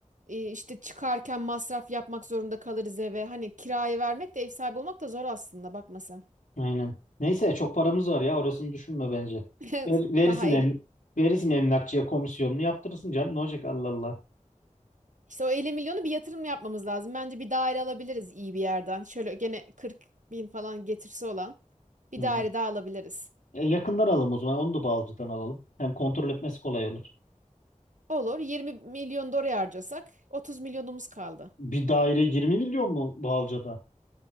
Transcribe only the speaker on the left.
Aynen. Neyse çok paramız var ya orasını düşünme bence.
Ver- verirsin
em
verirsin emlakçıya komisyonunu yaptırırsın canım ne olacak Allah Allah.
Hı.
E, yakından alalım o zaman onu da Bağlıca'dan alalım. Hem kontrol etmesi kolay olur.
Bir daire 20 milyon mu Bağlıca'da?